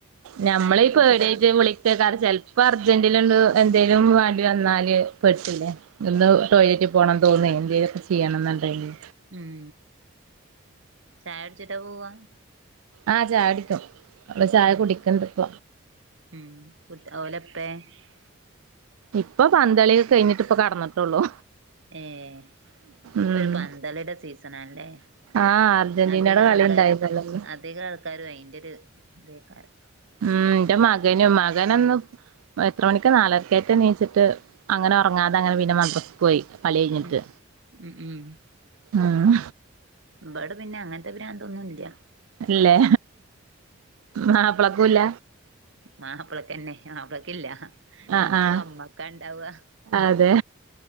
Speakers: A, on the right; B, on the right.
A: ഞമ്മളീ
B: ചായൊക്കെ കുടിച്ചിട്ടാ
A: പേടായിട്ട്
B: പോവാ
A: വിളിച്ചേക്കാട ചെല് പ്പ അർജന്റില് എന്ത് എന്തേലും വേണ്ടി വന്നാല് പെട്ടില്ലേ. ഒന്ന് ടോയ്ലറ്റിൽ പോണം തോന്നേ. എന്തേലൊക്കെ ചെയ്യണം എന്നുണ്ടെങ്കി,
B: ഉം. ചായുടിച്ചിട്ടാ പോവാ?
A: ആഹ് ചായുടിക്കും. അവള് ചായ
B: ഉം
A: കുടിക്കണ്ട്‌ പ്പ.
B: ഉം ഫുഡ് <unintelligible>
A: ഇപ്പൊ പന്തളിയൊക്കെ കഴിഞ്ഞിട്ട് ഇപ്പ കടന്നിട്ടൊള്ളൂ.
B: ഏഹ്.
A: ഉം
B: പന്തളീടെ സീസണാണല്ലേ.
A: ആഹ് അർജന്റീനയുടെ
B: അധിക
A: കളി
B: ആൾക്കാരു
A: ഉണ്ടായിരുന്നല്ലോ ഇന്ന്
B: അധിക ആൾക്കാരും അയിന്റൊരു ഇതേക്കാരം.
A: ആഹ് എന്റെ മകനും. മകനൊന്ന് എത്ര മണിക്ക് നാലരക്കേറ്റാട്ടു ണിച്ചിട്ട്, അങ്ങനെ ഒറങ്ങാതെ അങ്ങനെ പിന്നെ മദ്രസക്ക് പോയി കളി കഴിഞ്ഞിട്ട്.
B: ഉം ഉം ഉം.
A: ഉം
B: ഇബട പിന്നെ അങ്ങനത്തെ ഭ്രാന്തൊന്നും ഇല്ല.
A: ഇല്ലേ. മാപ്ളകു ഇല്ല?
B: മാപ്പിളക്കന്നെ, മാപ്പിളക്കില്ല.
A: ആഹ്
B: ഇനിപ്പൊ
A: ആഹ്
B: അമ്മക്കാണ്ടാവ.
A: അതെ